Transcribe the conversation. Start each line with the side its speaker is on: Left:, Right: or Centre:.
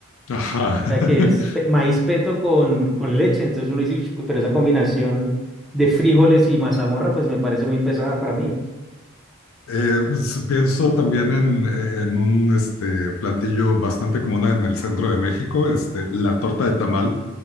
Left: Ajá. <laughs>
Centre: sea, que es pe- maíz peto con, con leche. Entonces uno dice, "Ush, pero esa combinación de frijoles y mazamorra, pues me parece muy pesada para mí.
Left: Eh, s- pienso también en, e, en un este, platillo bastante común en el centro de México, este, la torta de tamal,